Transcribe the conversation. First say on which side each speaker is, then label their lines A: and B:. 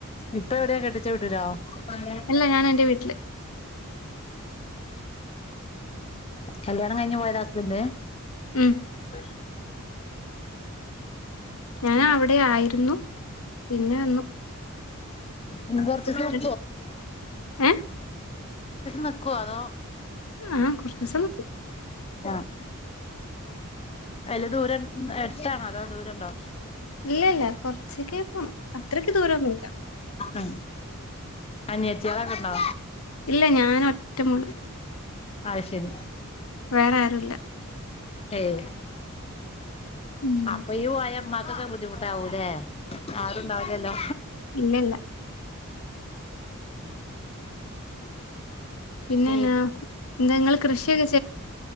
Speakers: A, on the left; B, on the left.
A: ഇപ്പൊ എവിടെയാ കെട്ടിച്ച വീട്ടിലോ ആ
B: അല്ല ഞാൻ എന്റെ വീട്ടില്
A: കല്യാണം കഴിഞ്ഞ പോയത ഹസ്ബൻഡ്
B: ഉം
A: <inaudible>
B: ഞാൻ അവിടെ ആയിരുന്നു പിന്നെ വന്നു
A: ഇഞ്ഞ് കുറച്ചുസം
B: പോയിട്ട് ഏ
A: നിക്കോ അതോ
B: ആഹാ കൊറച്ചുസം നിക്കും
A: ആ വല്ല്യദൂരണ്ടോ എടുത്താണോ അതോ ദൂരം ഇണ്ടോ
B: ഇല്ല ഇല്ല കൊറച്ചക്കെ പോണംഅത്രക്ക് ദൂരൊന്നുമില്ല
A: ഉം അനിയത്തികളൊക്കെ ഇണ്ടോ
B: ഇല്ല ഞൻ ഒറ്റ മോളാ
A: ആഹ അശൈരി
B: വേറെ ആരുല്ല
A: ഏഹ്
B: ഉം
A: അപ്പോ ഇയ്യ് പോയാല് ഇമ്മാ കൊക്കേ ബുദ്ധിമുട്ടാവൂലെ ആരുണ്ടാവുല്ലല്ലോ
B: ഇല്ല ഇല്ല പിന്നെന്നാ
A: ഹ്മ്
B: എന്താ നിങ്ങള് കൃഷിയൊക്കെ